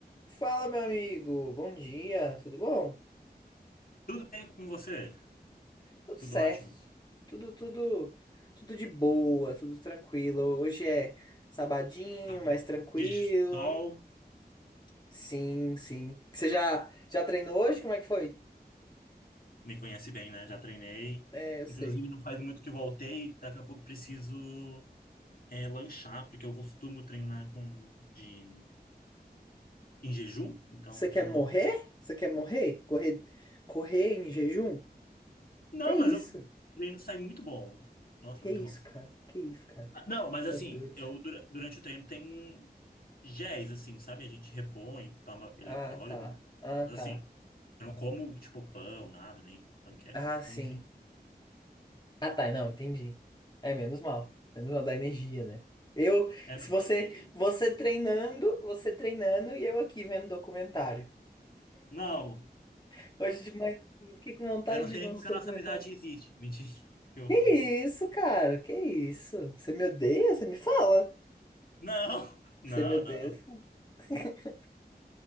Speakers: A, on the left (about 25°); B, on the left (about 65°).
A: Fala, meu amigo. Bom dia. Tudo bom?
B: Tudo bem com você?
A: Tudo
B: Tudo
A: certo.
B: ótimo?
A: Tudo, tudo, tudo de boa, tudo tranquilo. Hoje é sabadinho,
B: Rápido.
A: mais tranquilo.
B: De sol,
A: Sim, sim. Você já já treinou hoje? Como é que foi?
B: me conhece bem, né? Já treinei.
A: É, eu sei.
B: Inclusive, não faz muito que voltei. Daqui a pouco preciso é, lanchar, porque eu costumo treinar com, de, em jejum. Então,
A: Você
B: eu
A: quer
B: tô...
A: morrer? Você quer morrer? Correr correr em jejum?
B: Não,
A: Que isso?
B: mas eu- o treino sai muito bom. Nossa,
A: Que
B: muito
A: isso,
B: bom.
A: cara? Que isso, cara?
B: Ah, Não, mas
A: Tá
B: assim,
A: doido.
B: eu dura- durante o treino tem géis, assim, sabe? A gente repõe, toma eletrólito.
A: Ah, tá. Ah,
B: Mas
A: tá.
B: assim, eu não como, tipo, pão, nada, nem panqueca.
A: Ah, sim.
B: Mas, Enfim.
A: Ah, tá, não, entendi. É menos mal. Menos mal da energia, né? Eu,
B: É,
A: se
B: não,
A: você,
B: é energia.
A: você treinando, você treinando e eu aqui vendo documentário.
B: Não,
A: <laughs> Hoje de manhã, eu fiquei com vontade
B: eu não
A: de
B: sei
A: ver
B: nem
A: uns
B: como que
A: documentários.
B: a nossa amizade existe. Mentira, <laughs> que horror.
A: Que isso, cara? Que isso? Você me odeia? Você me fala?
B: Não, não,
A: Você me odeia?
B: não.
A: <laughs>